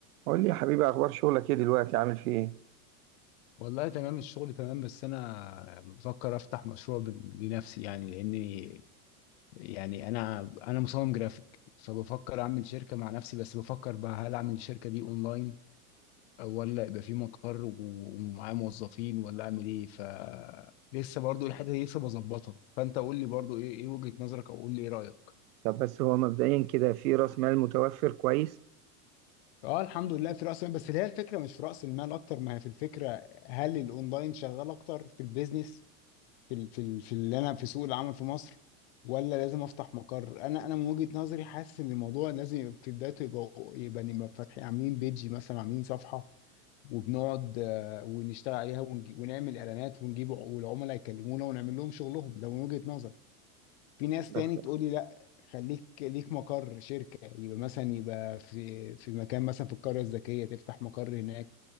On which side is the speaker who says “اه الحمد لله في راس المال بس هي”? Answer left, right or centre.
Left